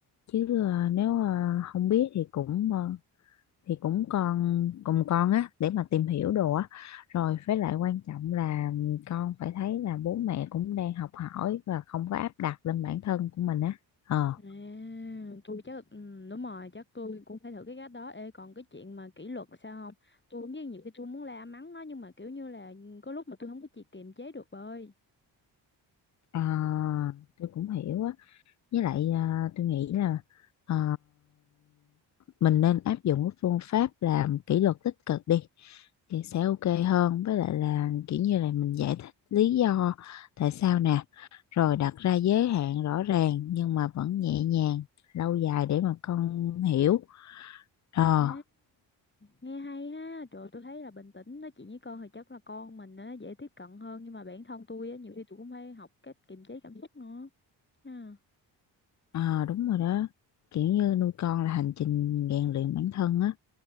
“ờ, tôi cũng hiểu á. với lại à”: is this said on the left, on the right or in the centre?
Left